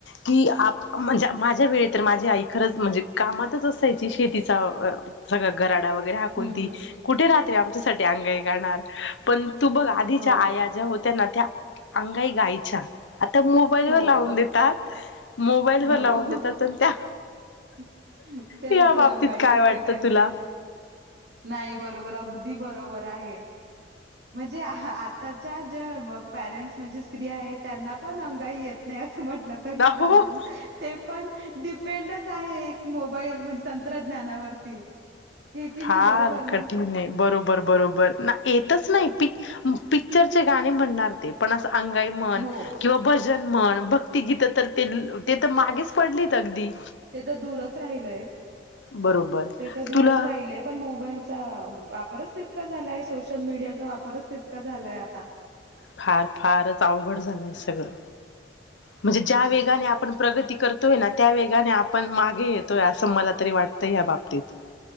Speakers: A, on the left; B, on the right.
A: की, आप म्हणजे माझ्या वेळी तर माझी आई खरंच म्हणजे कामातच असायची. शेतीचा सगळा गराडा वग कुन
B: हम्म
A: ती
B: हम्म
A: कुठे रात्री आमच्या साठी अंगाई गाणार. पण तू बघ आधीच्या
B: हो
A: आया ज्या होत त्यांना त्या अंगाई गायच्या. आता मोबाईल
B: हो
A: वर लावून
B: बरोबर
A: देतात. मोबाईल
B: हो.
A: वर लावून देतात न त्या
B: <unintelligible> तेच
A: या बाबतीत
B: अंगाई
A: काय
B: असते
A: वाटतं
B: त्यांची.
A: तुला?
B: नाही बरोबर अग दी बरोबर आहे. म्हणजे आताच्या ज्या परेंट्स म्हणजे स्त्री आहेत, त्यांना पण येत नाही असं म्हटलं तरी चालेल.
A: हो
B: <unintelligible> तेपण डीपेंडच आहे एक मोबाईल, म्हणजे तंत्रज्ञानावरती. की की नाही
A: फार
B: बरोबर
A: कठीणय.
B: ना
A: बरोबर- बरोबर. ना येतच नाही पी पिक्चर चे गाने म्हणनार ते. पण अंगाई मन
B: हो
A: किंवा भजन मण भक्ती गीत तर ते तर मागेच पडलीत अगदी
B: ते तर दूरच राहिलय,
A: बरोबर
B: ते तर दूरच
A: तुला
B: राहिलय. पण मोबाईलचा, वापरच तितका झालाय. सोशल मीडियाचा वापरच तितका झालाय आता.
A: फार - फारच अवघड झालंय सगळं. म्हणजे
B: तेच
A: ज्या वेगाने आपण प्र प्रगती करतोय ना, त्या वेगाने आपण मागे येतोय, असं मला तरी वाटतं या बाबतीत.